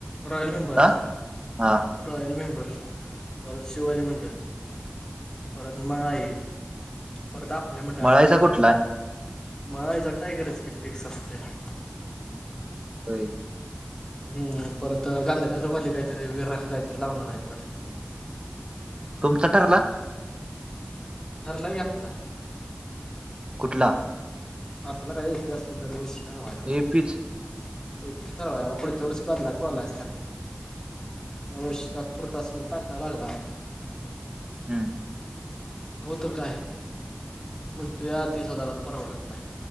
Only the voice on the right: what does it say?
हा हा
मळायचा
कुठला
व्हय.
तुमचा ठरला.
कुठला?
ए पीच
हम्म.